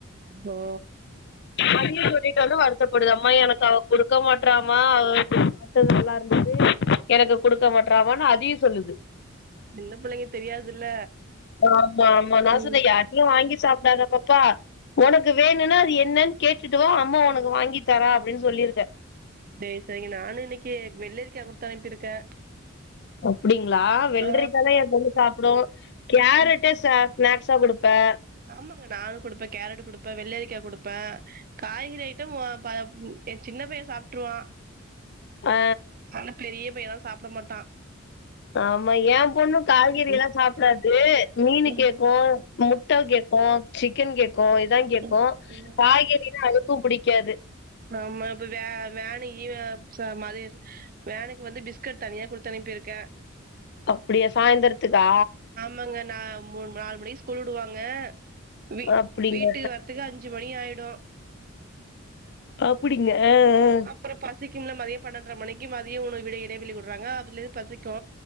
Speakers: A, on the right; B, on the left.
A: ப்பா
B: அது சொல்லிட்டு வந்து வருத்தப்படுது அம்மா எனக்கு அவ கொடுக்க மாட்றாமா அவ வந்து சாப்ட்டது நல்லாருந்தது எனக்கு குடுக்க மாட்றா அவெ அதையூ சொல்லுது
A: சின்ன புள்ளைங்க தெரியாதுல்ல
B: ஆமா ஆமா நா
A: ம்
B: சொன்னே யார்டையூ வாங்கி சாப்பிடாதப் பா உனக்கு வேணுனா அது என்னன் கேட்டுட்டுவா அம்மா உனக்கு வாங்கி தாரா அப்படின்னு சொல்லிருக்கே
A: டே சரிங்க நானு இன்னிக்கு வெள்ளரிக்கா கொடுத்து அனுப்பிருக்கே
B: அப்டிங்களா வெள்ரிக்கல்லா
A: ஆ
B: ஏ பொண்ணு சாப்டு கேரட்டே
A: ம்
B: சா ஸ்நாக்ஸா கொடுப்போ
A: ஆமாங்க நானு குடுப்பே கேரட் குடுப்பே வெள்ளரிக்கா குடுப்பே காய்கறி ஐட்டம் பா ஏ சின்ன பையோ சாப்ட்ருவா
B: ஆ
A: ஆனாப் பெரிய பையலா சாப்ட மாட்டா
B: ஆமா ஏம் பொண்ணு காய்கறியலா
A: ம்
B: சாப்டாது மீனு
A: ம்
B: கேக்கோ முட் ட்ட கேக்கோ, சிக்கன் கேக்கோ இதாங் கேக்கோ
A: ம் ம்
B: காய்கறினா அதுக்கும் புடிக்காது
A: ஆமா இப்ப வே வேனு இவே ச மதேச் வேனுக் வந்து பிஸ்கட் தனியா குடுத்தனுப்பிருக்கே
B: அப்டியா சாய்ந்திரத்துக்கா
A: மங்க நா மூன் நாலு மணிகு ஸ்கூல் வுடுவாங்க வீ
B: அப்டிங்க
A: வீட்டுகு வரத்துக்கு அஞ்சி சு மணியாய்டு
B: அப்டிங்க அ அ
A: அப்றோ பசிக்கும்ல மதிய பன்னெண்ர மணிக்கி மதிய உணை விட இடைவெளி விட்றாங்க அதுலே பசிக்கு